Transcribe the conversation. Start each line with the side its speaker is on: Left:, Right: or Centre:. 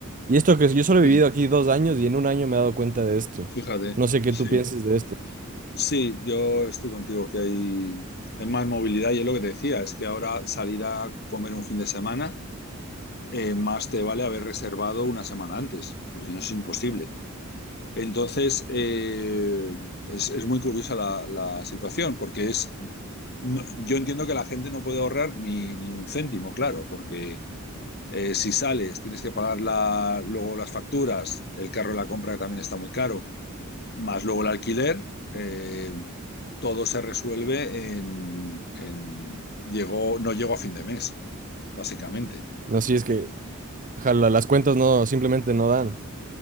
Right: Y esto que yo solo he
Left: sí,
Right: vivido aquí dos años y en un año me he dado cuenta de esto.
Left: fíjate,
Right: No sé qué
Left: sí.
Right: tú pienses de esto.
Left: Sí, yo estoy contigo que hay, hay más movilidad y es lo que te decía, es que ahora salir a comer un fin de semana, eh, más te vale haber reservado una semana antes, porque si no es imposible. Entonces, eh, es, es muy curiosa la, la situación, porque es no- yo entiendo que la gente no puede ahorrar ni, ni un céntimo, claro, porque eh, si sales tienes que pagar la- luego las facturas, el carro de la compra que también está muy caro, más luego el alquiler, eh, todo se resuelve en, en- llegó, no llegó a fin de mes, básicamente.
Right: No sé si es que jala, las cuentas no, simplemente no dan.